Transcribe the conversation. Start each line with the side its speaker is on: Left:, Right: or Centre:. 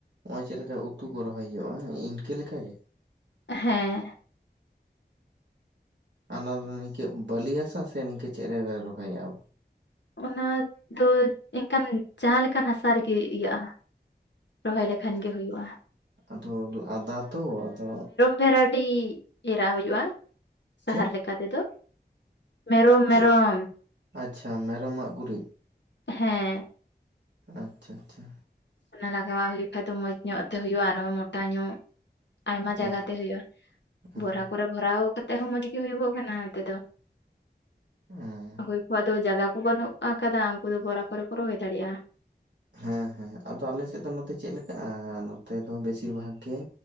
Right: ᱢᱚᱡᱽ ᱞᱮᱠᱟ ᱩᱛᱩ ᱠᱚ ᱨᱚᱦᱚᱭ ᱦᱩᱭᱩᱜᱼᱟ ᱤᱱᱠᱟᱹ ᱞᱮᱠᱟ ᱜᱮ᱾
Left: ᱦᱮᱸ᱾
Right: ᱚᱱᱟ ᱫᱚ <unintelligible> ᱪᱮᱫ ᱵᱟᱹᱞᱤᱭᱟᱹ ᱦᱟᱥᱟ ᱤᱝᱠᱟᱹ ᱪᱮᱫ ᱨᱮ ᱨᱚᱦᱚᱭᱟ ᱵᱚ?
Left: ᱚᱱᱟ ᱫᱚ ᱮᱱᱠᱟᱱ ᱡᱟᱦᱟᱸ ᱞᱮᱠᱟᱱ ᱦᱟᱥᱟ ᱨᱮᱜᱮ ᱤᱭᱟᱹᱜᱼᱟ? ᱨᱚᱦᱚᱭ ᱞᱮᱠᱷᱟᱱ ᱜᱮ ᱦᱩᱭᱩᱜᱼᱟ᱾
Right: ᱟᱫᱚ ᱟᱫᱟ ᱛᱚ ᱟᱫᱚ
Left: ᱵᱷᱮᱨᱟᱭᱴᱤ ᱮᱨᱟᱜ ᱦᱩᱭᱩᱜᱼᱟ ᱥᱟᱦᱟᱨ
Right: ᱪᱮᱫ
Left: ᱞᱮᱠᱟ ᱛᱮ ᱫᱚ ᱢᱮᱨᱚᱢ ᱢᱮᱨᱚᱢ
Right: ᱪᱮᱫ ᱟᱪᱪᱷᱟ ᱢᱮᱨᱚᱢᱟᱜ ᱜᱩᱨᱤᱡ
Left: ᱦᱮᱸ
Right: ᱟᱪᱪᱷᱟ ᱟᱪᱪᱷᱟ
Left: ᱚᱱᱟ ᱞᱟᱜᱟᱣᱟᱜ ᱦᱩᱭᱩᱜ ᱠᱷᱟᱡ ᱫᱚ ᱢᱚᱸᱡᱽ ᱧᱚᱜ ᱛᱮ ᱦᱳᱭᱳᱜ-ᱟ ᱟᱨᱦᱚᱸ ᱢᱚᱴᱟ ᱧᱚᱜ ᱟᱭᱢᱟ ᱡᱟᱭᱜᱟᱛᱮ
Right: ᱚ
Left: ᱦᱩᱭᱩᱜᱼᱟ
Right: ᱦᱮᱸ
Left: ᱵᱚᱨᱟ ᱠᱚᱨᱮ ᱵᱷᱚᱨᱟᱣ ᱠᱟᱛᱮᱜ ᱦᱚᱸ ᱢᱚᱸᱡᱽ ᱜᱮ ᱦᱳᱭᱳᱜᱚᱜ ᱠᱟᱱᱟ ᱱᱚᱛᱮ ᱫᱚ
Right: ᱦᱮᱸ
Left: ᱚᱠᱚᱭ ᱠᱚᱣᱟᱜ ᱫᱚ ᱡᱟᱭᱜᱟ ᱠᱚ ᱵᱟᱹᱱᱩᱜ ᱟᱠᱟᱫᱟ ᱩᱱᱠᱩ ᱫᱚ ᱵᱚᱨᱟ ᱠᱚᱨᱮ ᱠᱚ ᱨᱚᱦᱚᱭ ᱫᱟᱲᱮᱭᱟᱜᱼᱟ
Right: ᱦᱮᱸ ᱦᱮᱸ ᱟᱫᱚ ᱟᱞᱮ ᱥᱮᱫ ᱫᱚ ᱱᱚᱛᱮ ᱪᱮᱫ ᱞᱮᱠᱟᱜᱼᱟ ᱱᱚᱛᱮ ᱫᱚ ᱵᱮᱥᱤᱨ ᱵᱷᱟᱜᱽ ᱜᱮ